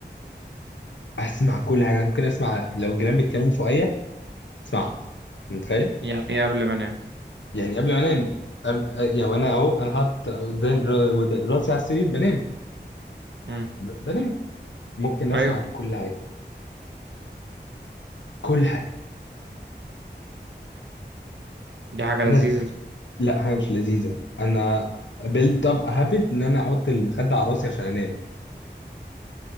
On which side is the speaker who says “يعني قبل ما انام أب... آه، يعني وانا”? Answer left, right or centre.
Left